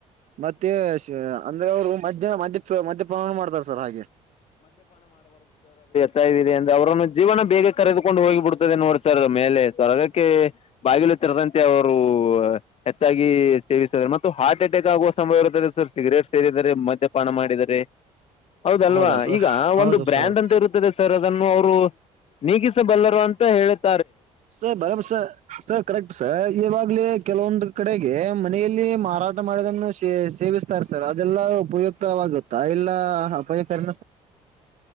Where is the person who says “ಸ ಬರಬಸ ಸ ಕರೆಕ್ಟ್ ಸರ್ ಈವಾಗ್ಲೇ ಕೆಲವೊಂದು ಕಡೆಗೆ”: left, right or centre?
Right